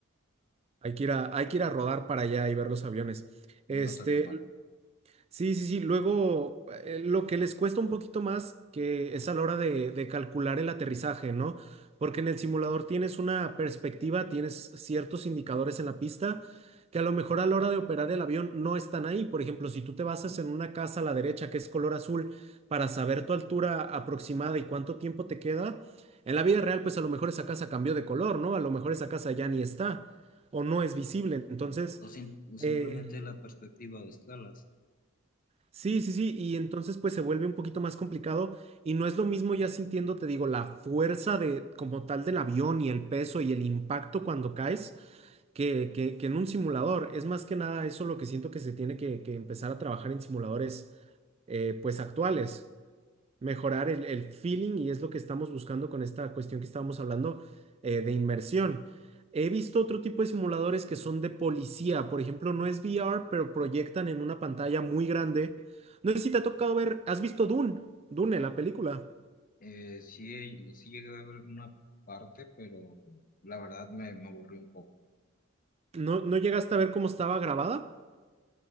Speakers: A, on the right; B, on the left.
A: Hay que ir a, hay que ir a rodar para allá y ver los aviones. Este,
B: no estaría mal.
A: Sí, sí, sí. Luego, eh, lo que les cuesta un poquito más que es a la hora de, de calcular el aterrizaje, ¿no? Porque en el simulador tienes una perspectiva, tienes ciertos indicadores en la pista que a lo mejor a la hora de operar el avión no están ahí. Por ejemplo, si tú te basas en una casa a la derecha que es color azul para saber tu altura aproximada y cuánto tiempo te queda, en la vida real, pues a lo mejor esa casa cambió de color, ¿no? A lo mejor esa casa ya ni está o no es visible. Entonces...
B: O, sim- o simplemente
A: Eh,
B: la perspectiva de escalas.
A: Sí, sí, sí, y entonces pues se vuelve un poquito más complicado y no es lo mismo ya sintiendo, te digo, la fuerza de como tal del avión y el peso y el impacto cuando caes que, que- que en un simulador. Es más que nada eso lo que siento que se tiene que, que empezar a trabajar en simuladores eh, pues actuales mejorar el, el feeling y es lo que estamos buscando con esta cuestión que estábamos hablando eh, de inmersión. He visto otro tipo de simuladores que son de policía, por ejemplo, no es VR, pero proyectan en una pantalla muy grande. No sé si te ha tocado ver, ¿has visto Dune? Dune, la película.
B: Eh, sí, he- sí llegué a ver una parte, pero la verdad me, me aburrí un poco.
A: ¿No, no llegaste a ver cómo estaba grabada?